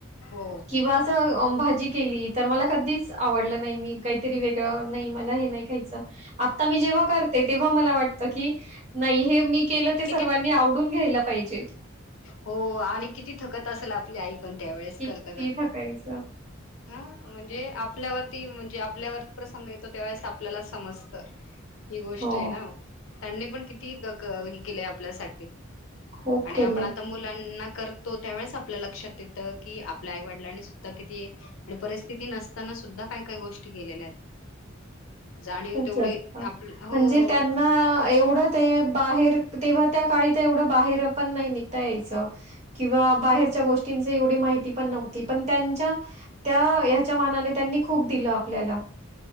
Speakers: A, on the left; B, on the right.
A: हो
B: किवा अस असे भाजी केली तर मला कधीच आवडलं नाही मी काहीतरी वेगळं नाही मला हे नाही खायचं आता मी जेव्हा करते तेव्हा मला वाटत की नाही हे मी केलं ते सर्वांनी
A: किती
B: आवडून घ्यायला पाहिजे
A: हो आणि किती थकत असेल आपली आई त्यावेळेस
B: किती
A: करता
B: थकायचं
A: म्हणजे आपल्यावर म्हणजे आपल्यावर प्रसंग येतो त्यावेळेस आपल्याला समजत ही गोष्ट
B: हो
A: आहे ना त्यांनी पण किती हे केलंय आपल्यासाठी
B: खूप
A: आणि
B: केलंय
A: आपण आता मुलांना करतो त्यावेळी आपल्या लक्षात येत की आपल्या आईवडिलांना सुधा कीती परिस्थितीत ती नसताना सुद्धा काय काय गोष्टी केलेल्या आहेत
B: <unintelligible>
A: जाणीव
B: खूप
A: तेवढी
B: जास्त
A: आप हो
B: म्हणजे त्यांना एवढं ते बाहेर तेव्हा त्या काळी तेवढ बाहेर पण नाही निघता याचे किंवा बाहेर गोष्टीं एवढी माहिती पण नव्हती पण त्यां त्याच्या मानाने त्यांनी खूप दिलं आपल्याला